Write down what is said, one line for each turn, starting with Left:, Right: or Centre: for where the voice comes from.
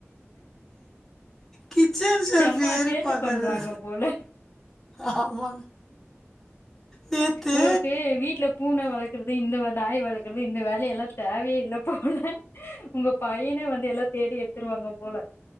Centre: கிச்சன் ஷெல்ஃப்
Left: செம
Centre: ஏறி
Left: சேட்ட
Centre: பாக்குறது
Left: பண்றாங்க போல
Centre: ஆமாங்க நேத்து
Left: உங்களுக்கு வீட்ல பூன வளக் குறது இந்த நாய் வளக்குறது இந்த வேலையெல்லா தேவையே ல்ல போல உங்க பையனே வந்து எல்லா தேடி எடுத்துருவாங்க போல